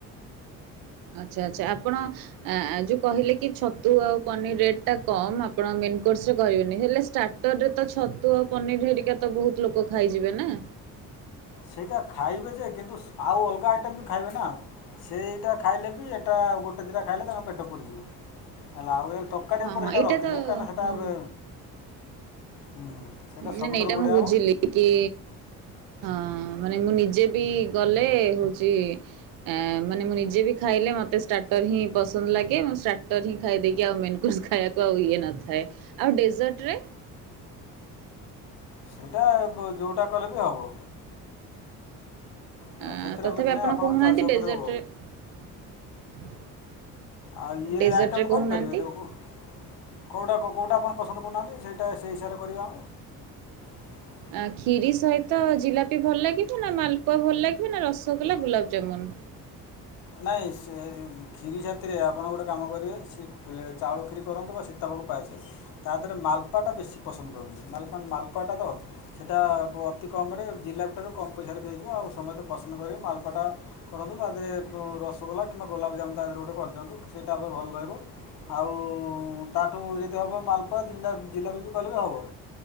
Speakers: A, on the right; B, on the left.
A: ଆଚ୍ଛା ଆଚ୍ଛା। ଆପଣ ଆଁ ଯୋଉ କହିଲେ କି ଛତୁ ଆଉ ପନିର ରେଟ୍ ଟା କମ, ଆପଣ ମେନ୍ କୋର୍ସ ରେ କହିବେନି, ହେଲେ ଷ୍ଟା ଟର ରେ ତ ଛତୁ ଆଉ ପନିର ହେରିକା ତ ବହୁତ ଲୋକ ଖାଇଯିବେ ନା।
B: ସେଇଟା ଖାଇବେ ଯେ କିନ୍ତୁ ସୁ ଆଉ ଅଲଗା ଆଇଟମ୍ ବି ଖାଇବେ ନା। ସେ ଏଇଟା ଖାଇଲେ ବି ଏଟା ଆଉ ଗୋଟେ ଦିଟା ଖାଇଲେ ତାଙ୍କ ପେଟ ପୁରିଯିବ, ହେଲା ଆଉ ଏଲ ତ କାଡିଆ
A: ହଁ
B: ଉପରେ
A: ହଁ
B: ହେଲେ
A: ଏଇଟା
B: ରଖିଲେ
A: ତ
B: କାହିଁନା ହେଟା
A: ହଁ
B: ଏବେ ହୁଁ। ସେଟା
A: ନେ
B: ସବୁଠାରୁ
A: ନାଇଁ ଏଇଟା
B: ବଢ଼ିଆ
A: ମୁଁ ବୁଝିଲି
B: ହେବ
A: କି ହଁ ମାନେ ମୁଁ ନିଜେ ବି ଗଲେ ହଉଚି ଏଁ ମାନେ ମୁଁ ନିଜେ ବି ଖାଇଲେ ମୋତେ ଷ୍ଟାର୍ଟର୍ ହିଁ ପସନ୍ଦ ଲାଗେ, ମୁଁ ଷ୍ଟାର୍ଟର୍ ହିଁ ଖାଇଦେଇକି ଆଉ ମେନକୁର୍ସ ଖୁ ଖାଇବାକୁଆ ଇଏ ନଥାଏ, ଆଉ ଡେଜର୍ଟରେ?
B: ସେଇଟା ବୁ ଯୋଉଟା କଲେ ବି ହବ। ହେଲା
A: ଆଁ
B: ସେଥିରେ
A: ତଥାପି
B: କିଛି
A: ଆପଣ
B: ନାହିଁ ଆପଣଙ୍କ
A: କହୁନାହାନ୍ତି
B: ଚଏସ୍ ଉପରେ
A: ଡେଜର୍ଟରେ
B: ହେବ ଆଉ ଇଏ
A: ଡେଜର୍ଟରେ
B: ଆଇଟମ୍
A: କହୁନାହାନ୍ତି
B: କରିପାରିବେ ଯଉ କୁ? କେଉଁଟା କେଉଁଟା ଆପଣ ପସନ୍ଦ କରୁନାହାନ୍ତି ସେଇଟା ସେଇ ହିସାବରେ କରିବା। <inaudible>
A: ଆ ଖିରି ସହିତ ଜିଲାପି ଭଲ ଲାଗିବ ନା ମାଲପୁଆ ଭଲ ଲାଗିବ ନା ରସଗୋଲା ଗୁଲାବଜାମୁନ?
B: ନାଇଁ ସେ କ୍ଷୀରି ସାଥିରେ ଆପଣ ଗୋଟେ କାମ କରନ୍ତୁ ସ ଚାଉଳ କ୍ଷୀରି କରନ୍ତୁ ସୀ ତା ବ ପାଇଇ ସେ ତା ଦେହରେ ମାଲପୁଆ ଟା ବେଶୀ ପସନ୍ଦ କରନ୍ତି ମାଲପୁଆ ତ ସେଇଟା ଅତି କମରେ ଜିଲାପି ଠାରୁ କମ୍ ପଇସାରେ ମିଳିବ ଆଉ ସମସ୍ତେ ପସନ୍ଦ କରିବେ ମାଲପୁଅ ଟା କରନ୍ତୁ ତା ଦେହରେ ରସଗୋଲା କିମ୍ବା ଗୋଲାପଜାମୁ ତା ଦେହରେ ଗୋଟେ କରିଦିଅନ୍ତୁ ସେଇଟା ଏବେ ଭଲ ରହିବ। ଆଉ ଉ ତାଠୁ ଯଦି ହବ ମାଲପୁଆ ଜିଲ୍ଲା ଜିଲାପି ବି ବିି କହିଲେ ହବ।